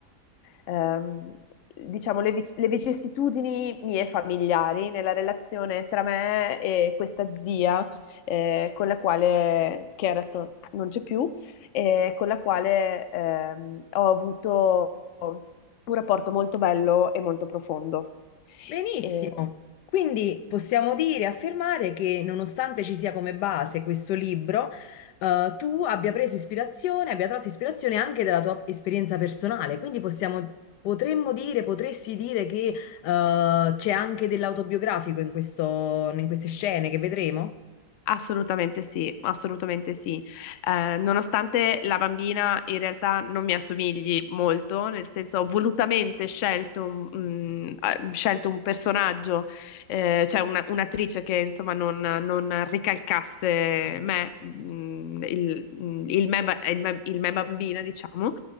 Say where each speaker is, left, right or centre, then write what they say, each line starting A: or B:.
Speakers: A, on the left; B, on the left.
A: ehm, diciamo, le, vic- le vicissitudini mie familiari nella relazione tra me e questa zia, eh, con la quale, che adesso non c'è più, e con la quale ehm, ho avuto un rapporto molto bello e molto profondo.
B: Benissimo,
A: E-
B: quindi possiamo dire e affermare che nonostante ci sia come base questo libro, eh, tu abbia preso ispirazione, abbia tratto ispirazione anche dalla tua esperienza personale, quindi possiamo, potremmo dire, potresti dire che eh, c'è anche dell'autobiografico in questo- in queste scene che vedremo?
A: Assolutamente sì, assolutamente sì. Eh, nonostante la bambina in realtà non mi assomigli molto, nel senso ho volutamente scelto un, mm, eh, scelto un personaggio, eh, cioè una- un'attrice che insomma non, non ricalcasse me, mm, il, mm, il me, ba- il me- il me bambina, diciamo.